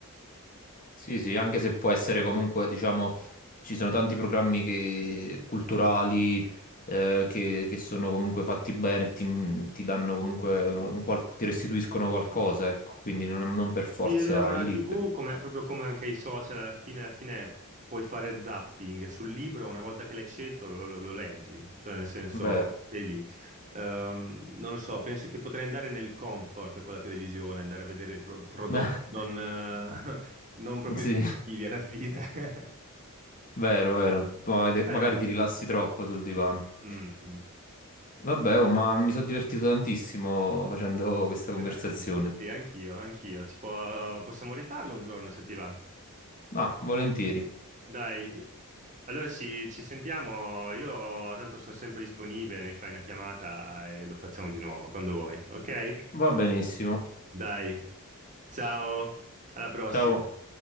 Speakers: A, on the left; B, on the right.
A: Sì, sì, anche se può essere comunque, diciamo, ci sono tanti programmi che- culturali eh, che, che sono comunque fatti bene e ti, ti danno comunque, un qual- ti restituiscono qualcosa, ecco, quindi non, non per forza
B: Sì, è vero, ma
A: il
B: la
A: libro.
B: TV, come- proprio come anche i social, alla fine, alla fine puoi fare zapping sul libro, una volta che l'hai scelto lo, lo- lo leggi, cioè nel senso
A: Vero.
B: sei lì. Ehm, non lo so, penso che potrei andare nel comfort con la televisione, andare a vedere i pro- prodotti
A: <laughs>
B: non, eh, <laughs> non proprio
A: Sì.
B: educativi alla fine. <laughs>
A: Vero, vero. Ma-
B: Dai,
A: Magari
B: dai.
A: ti rilassi troppo sul divano.
B: Mm, mm.
A: Vabbè, oh, ma mi sono divertito tantissimo facendo questa conversazione.
B: Grande, sì, anch'io, anch'io. Ci può- possiamo rifarlo un giorno se ti va.
A: Ah, volentieri.
B: Dai, allora ci, ci sentiamo, io tanto sono sempre disponibile, mi fai una chiamata e lo facciamo di nuovo quando vuoi, ok?
A: Va benissimo.
B: Dai, ciao, alla prossima.
A: Ciao.